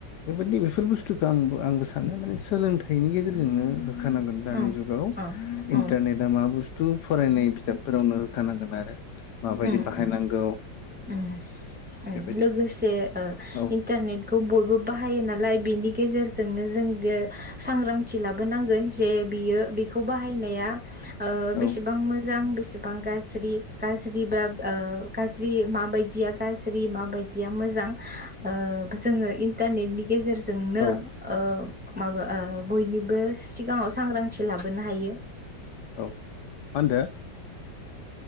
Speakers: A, on the left; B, in the centre.
A: बेबायदि बेफोर बुस्थुखौ आंबो आंबो सानो माने सोलोंथाइनि गेजेरजोंनो होनांगोन दानि
B: औ
A: जुगाव
B: औ औ
A: इन्टारनेटा मा बुस्थु फरायनाय बिजाबफोरावनो होखानांगोन आरो माबायदि
B: उम
A: बाहायनांगौ
B: उम उम उम
A: बेबायदि
B: लोगोसे ओ
A: औ
B: इन्टारनेटखौ बय बो बाहायो नालाय बेनि गेजेरजोंनो जों सांग्रांथि लाबोनांगोन जे बियो बेखौ बाहायनाया ओ
A: औ
B: बेसेबां मोजां बेसेबां गाज्रि गाज्रिब्ला ओ गाज्रि माबायदिया गा ज्रि माबायदिया मोजां ओ जोङो इन्टारनेटनि गेजेरजोंनो
A: औ
B: ओ माबा ओ बयनिबो सिगाङाव सांग्रांथि लाबोनो हायो।
A: औ मा होनदों?